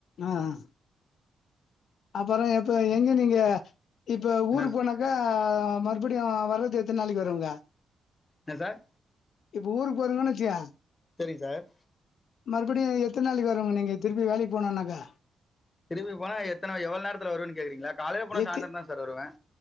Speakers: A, on the left; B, on the left.
A: ஆஹ் ஆஹ் அப்பறம் எப்ப எங்க நீங்க இப்போ
B: என்ன
A: ஊருக்கு போனாக்கா மறுபடியும் வரது எத்த நாளக்கி வருவிங்க
B: என்ன சார்
A: இப்ப ஊருக்கு போறங்கன்னு வச்சியா
B: சேரி சார்
A: மறுபடியோ எத்தன நாளைக்கு வருங்க நீங்க திருப்பி வேலக்கு போனன்னாக்கா
B: திருப்பி போனா எத்தன எவ்ளா நேரத்துல வருவேன்னு கேக்குறீங்களா காலையில போன சாய்ந்தறா
A: எத்தி
B: தான் சார் வருவேன்